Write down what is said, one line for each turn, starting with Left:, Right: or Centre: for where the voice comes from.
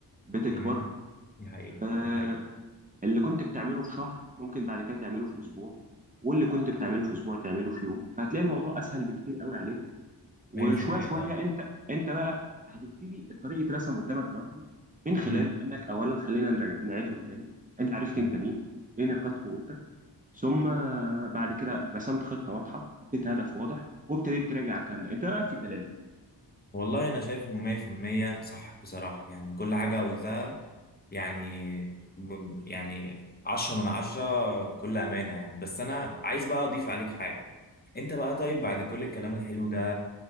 Right: بتكبر
Left: مم. دي حقيقة
Right: آه،
Left: دي حقيقة
Right: اللي كنت بتعمله في شهر ممكن بعد كده تعمله في اسبوع واللي كنت بتعمله في اسبوع تعمله في يوم فهتلاقي الموضوع اسهل بكتير قوي عليك وشويه
Left: 100%
Right: شويه
Left: طبعا
Right: انت انت بقى هتبتدي الطريق يترسم قدامك لوحده من خلال
Left: مم.
Right: انك اولا خلينا نرا- نعيدهم تاني انت عرفت
Left: مم.
Right: انت مين ايه نقاط قوتك ثم بعد كده رسمت خطه واضحه حطيت هدف واضح وابتديت تراجع الكلام ده انت إيه رايك في كلامي
Left: والله انا شايف انه 100% صح بصراحه يعني كل حاجه قلتها يعني م- يعني 10 من 10 بكل امانه يعني بس انا عايز بقى اضيف عليك حاجه انت بقى طيب بعد كل الكلام الحلو ده